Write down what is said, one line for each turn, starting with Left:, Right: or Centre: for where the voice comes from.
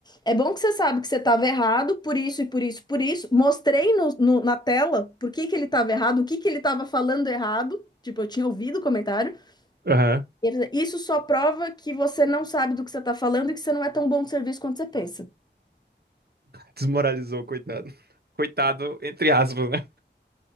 Left: é bom que você sabe que você tava errado, por isso e por isso, por isso. Mostrei no, no- na tela por que que ele tava errado, o que que ele tava falando errado. Tipo, eu tinha ouvido o comentário.
Right: Aham.
Left: E ele falou, Isso só prova que você não sabe do que você tá falando e que você não é tão bom de serviço quanto você pensa.
Right: Desmoralizou, coitado. Coitado, entre aspas, né?